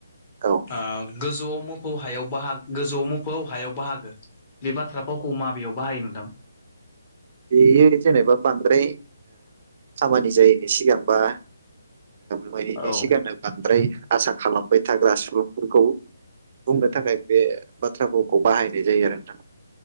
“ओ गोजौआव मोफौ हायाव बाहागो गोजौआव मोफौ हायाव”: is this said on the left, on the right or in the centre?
Left